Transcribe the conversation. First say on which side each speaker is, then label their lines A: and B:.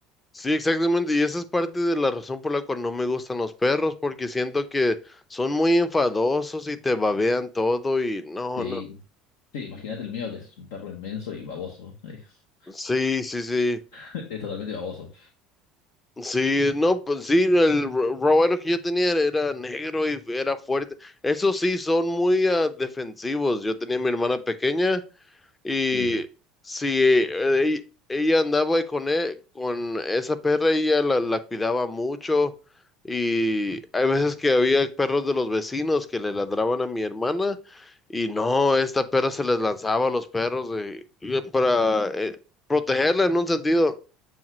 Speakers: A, on the left; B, on the left.
A: Sí, exactamente. Y esa es parte de la razón por la cual no me gustan los perros, porque siento que son muy enfadosos y te babean todo y no,
B: Sí,
A: no.
B: sí, imagínate el mío que es un perro inmenso y baboso. Es,
A: Sí, sí, sí.
B: <laughs> es totalmente baboso.
A: Sí, no, pues sí, el ro- Roboto que yo tenía era era negro y era fuerte. Eso sí, son muy ah, defensivos. Yo tenía a mi hermana pequeña y
B: Sí,
A: si eh, ella ella andaba con, e- con esa perra, ella la, la cuidaba mucho y hay veces que había perros de los vecinos que le ladraban a mi hermana y no, esta perra se les lanzaba a los perros eh, y para eh, protegerla en un sentido.